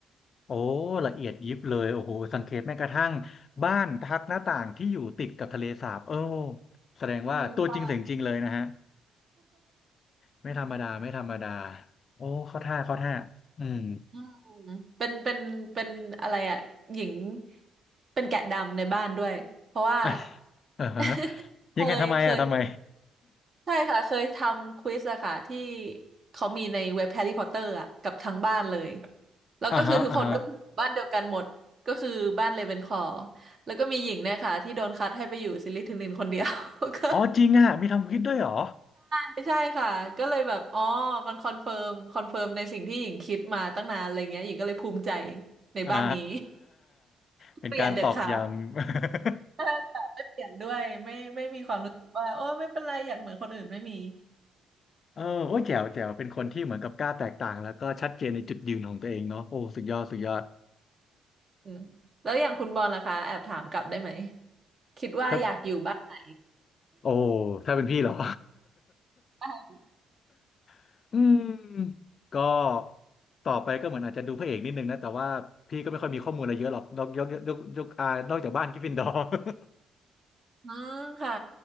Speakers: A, on the left; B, on the right.
A: โอ้ละเอียดยิบเลยโอ้โหสังเกตแม้กระทั่งบ้านทักหน้าต่างที่อยู่ติดกับทะเลสาบโอ้แสดงว่าตัวจริงเสียงจริงเลยนะฮะ
B: อืมความ
A: ไม่ธรรมดาไม่ธรรมดาโอ้เข้าท่าเข้าท่าอืม
B: อืมเป็นเป็นเป็นอะไรอ่ะหญิงเป็นแกะดำในบ้านด้วยเพราะว่า
A: <laughs> อ่าฮะ
B: <laughs> เคยเคย
A: ยังไงทำไมอ่ะทำไม
B: ใช่ค่ะเคยทำควิสอะค่ะที่เขามีในเว็บแฮร์รี่พอตเตอร์อะกับทั้งบ้านเลยแล้วก็คือทุกคนก็คืออยู่บ้านเดียวกันหมดก็คือบ้านเลเวนคลอว์แล้วก็มีหญิงเนี่ยค่ะที่โดนคัดให้ไปอยู่ซิลิทิลินคนเดียว
A: <laughs> อ่าฮะอ่าฮะ
B: <laughs> ก็
A: อ๋อจริงอ่ะมีทำคลิปด้วยเหรอ
B: ไม่ใช่ค่ะก็เลยแบบอ๋อมันคอนเฟิร์มคอนเฟิร์มในสิ่งที่หญิงคิดมาตั้งนานอะไรเงี้ยหญิงก็เลยภูมิใจในบ้านนี้
A: อ่า
B: <laughs>
A: เป็นการตอกย้ำ
B: เปลี่ยนเด็ดขาด
A: <laughs>
B: ใช่ค่ะไม่เปลี่ยนด้วยไม่ไม่มีความรู้สึกว่าโอ้ไม่เป็นไรอยากเหมือนคนอื่นไม่มี
A: เออโอ้ยแจ๋วแจ๋วเป็นคนที่เหมือนกับกล้าแตกต่างแล้วก็ชัดเจนในจุดยืนของตัวเองเนาะโอ้สุดยอดสุดยอด
B: อืมแล้วอย่างคุณบอลล่ะคะแอบถามกลับได้ไหมคิดว่าอยากอยู่บ้านไหน
A: ถ้า โอ้ ถ้าเป็นพี่เหรอ
B: <laughs>
A: <laughs> อืม ก็ต่อไปก็เหมือนอาจจะดูพระเอกนิดนึงนะ แต่ว่าพี่ก็ไม่ค่อยมีข้อมูลอะไรเยอะหรอก นอกยกยกยกยกอ่านอกจากบ้านกริฟฟินดอร์ <laughs>
B: อืมค่ะ